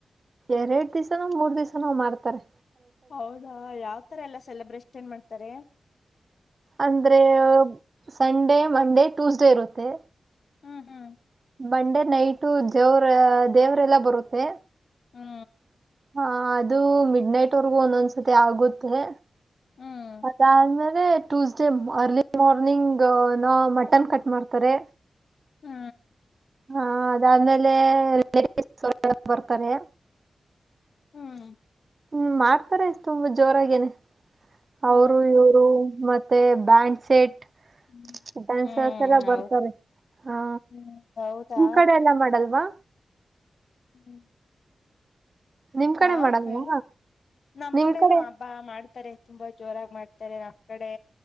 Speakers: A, on the right; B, on the left.
A: ಎರಡ್ ದಿವ್ಸನೋ ಮೂರ್ ದಿವ್ಸನೋ ಮಾಡ್ತ ರೆ
B: ಹೌದಾ ಯಾವ್ ತರ ಎಲ್ಲಾ ಸೆಲೆಬ್ರೇಷನ್ ಏನ್ ಮಾಡ್ತಾರೆ
A: ಅಂದ್ರೆ ಸಂಡೇ ಮಂಡೇ ಟ್ಯೂಸ್ಡೇ ಇರುತ್ತೆ
B: ಹ್ಮ್ ಹ್ಮ್
A: ಮಂಡೇ ನೈಟು ದೇವರು ದೇವರೆಲ್ಲಾ ಬರುತ್ತೆ
B: ಹ್ಮ್
A: ಹಾ ಅದು ಮಿಡ್ ನೈಟುವರೆಗೂ ಒಂದೊಂದ್ಸತಿ ಆಗುತ್ತೆ
B: ಹ್ಮ್
A: ಅದಾದ್ಮೇಲೆ Tuesday early morning no mutton cut ಮಾಡ್ತಾರೆ
B: ಹ್ಮ್
A: ಹಾ ಅದಾದ್ಮೇಲೆ ಸ್ವಲ್ಪ ಹೊತ್ತು ಬರ್ತಾರೆ
B: ಹ್ಮ್
A: ಹ್ಮ ಮಾಡ್ತಾರೆ ತುಂಬಾ ಜೋರಾಗೇನೆ
B: ಹ
A: ಅವರು ಇವರು ಮತ್ತೆ ಮತ್ತೆ ಬ್ಯಾಂಡ್ ಸೆಟ್
B: ಹ್ಮ್
A: ಡ್ಯಾನ್
B: ಹ್ಮ್
A: ಸರ್ಕಲ್ ಆಗೆ
B: ಹೌದು
A: ಬರ್ತಾರೆ ಹಾ
B: ಹ್ಮ್ ಹೌದಾ
A: ನಿಮ್ ಕಡೆ ಎಲ್ಲಾ ಮಾಡಲ್ವಾ
B: ಹ್ಮ್
A: ನಿಮ್
B: ಹಾ
A: ಕಡೆ ಮಾಡಲ್ವಾ
B: ಹೇಳು ನಮ್ಮ
A: ನಿಮ್
B: ಕಡೆನು
A: ಕಡೆ
B: ಹಬ್ಬಮಾಡ ತಾರೆ ತುಂಬಾ ಜೋರಾಗಿ ಮಾಡ್ತಾರೆ ನಮ್ಮ್ ಕಡೆ